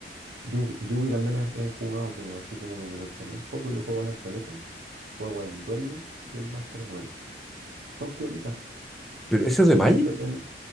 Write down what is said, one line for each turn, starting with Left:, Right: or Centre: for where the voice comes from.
Right: Yugi, Yugi también he, he jugado, pero así como que lo accioné un poco y lo juego en el teléfono. Juego el Duel Links y el Master Duel. Son piolitas.
Centre: ¿Pero eso es de Magic?
Right: Me gusta tener.